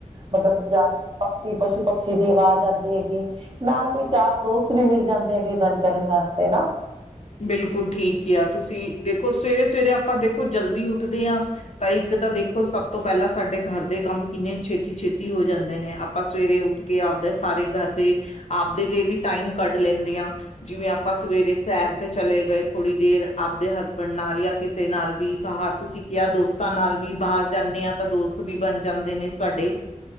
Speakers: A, on the right; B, on the left.
A: ਮਤਲਬ 'ਜ, ਪਸ਼ੀ-ਪਸ਼ੂ, ਪਕਸ਼ੀ ਦੀ ਆਵਾਜ਼ ਆਉਂਦੀ ਹੈਗੀ। ਨਾਲ ਕੋਈ ਚਾਰ ਦੋਸਤ ਵੀ ਮਿਲ ਜਾਂਦੇ ਹੈਗੇ, ਗੱਲ ਕਰਨ ਵਾਸਤੇ ਨਾ।
B: ਬਿਲਕੁਲ ਠੀਕ ਕਿਆ ਤੁਸੀਂ, ਦੇਖੋ ਸਵੇਰੇ-ਸਵੇਰੇ ਆਪਾਂ, ਦੇਖੋ ਜਲਦੀ ਉੱਠਦੇ ਹਾਂ ਤਾਂ ਇੱਕ ਤਾਂ ਦੇਖੋ, ਸਭ ਤੋਂ ਪਹਿਲਾਂ ਸਾਡੇ ਘਰ ਦੇ ਕੰਮ, ਕਿੰਨੇ ਛੇਤੀ-ਛੇਤੀ ਹੋ ਜਾਂਦੇ ਨੇ ਆਪਾਂ ਸਵੇਰੇ ਉੱਠ ਕੇ, ਆਪਦੇ ਸਾਰੇ ਘਰ ਦੇ, ਆਪਦੇ ਲ ਵੀ ਟਾਈਮ ਕੱਢ ਲੈਂਦੇ ਹਾਂ। ਜਿਵੇਂ ਆਪਾਂ ਸਵੇਰੇ ਸੈਰ ਤੇ ਚਲੇ ਗਏ ਥੋੜ੍ਹੀ ਦੇਰ, ਆਪਦੇ ਹ ਣ ਨਾਲ ਜਾਂ ਕਿਸੇ ਨਾਲ ਵੀ ਬਾਹਰ, ਤੁਸੀਂ ਕਿਹਾ ਦੋਸਤਾਂ ਨਾਲ ਵੀ ਬਾਹਰ ਜਾਂਦੇ ਆ, ਤਾਂ ਦੋਸਤ ਵੀ ਬਣ ਜਾਂਦੇ ਨੇ ਸਾਡੇ